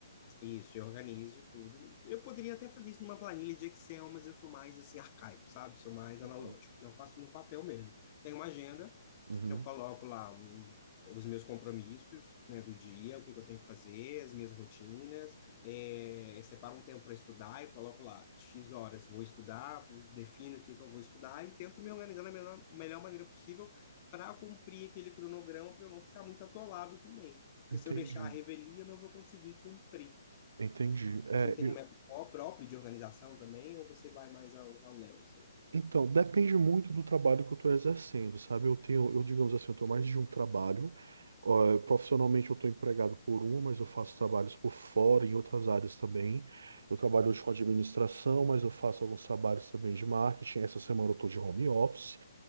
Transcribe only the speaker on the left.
Isso, eu organizo tudo. Eu poderia até fazer isso numa planilha de Excel, mas eu sou mais assim arcaico, sabe? Sou mais analógico.
Então eu faço no papel mesmo. Tenho uma agenda,
eu coloco lá um- os meus compromissos, né, do dia, o que que eu tenho que fazer, as minhas rotinas, eh, separo um tempo para estudar e coloco lá X horas vou estudar, defino o que que eu vou estudar e tento me organizar da melhor, melhor maneira possível para cumprir aquele cronograma, para eu não ficar muito atolado também. Porque
se eu deixar a revelia, eu não vou conseguir cumprir.
Você tem um método pró- próprio de organização também, ou você vai mais ao, ao Léo, assim?
Entendi.